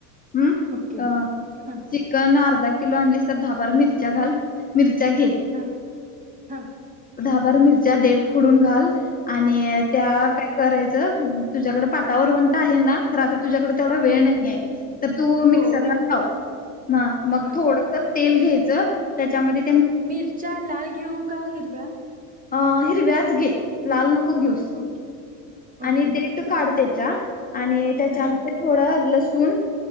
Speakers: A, on the left; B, on the right.
A: हम्म
B: ओके
A: अ
B: हां
A: चिकन अर्धा किलो आणलीस तर दहा बार मिरच्या घाल मिरच्या घे
B: हां हां
A: दहा बार मिरच्या देट खुडून घाल आणि त्या काय करायचं तुझ्याकडे पाटावर वंट आहे ना खरात तुझ्याकडे तेवढा वेळ
B: हो
A: नाही आहे तर तू मिक्सरला
B: हो कारण
A: लाव ह मग
B: हा
A: थोडस तेल घ्यायचं त्याच्यामधे
B: मिरचा लाल घेऊ का हिरव्या
A: अ हिरव्याच घे लाल नको घेऊस
B: ओके ओके
A: आणि दे काढ त्याच्या आणि त्याच्यामधे
B: हां
A: थोड लसूण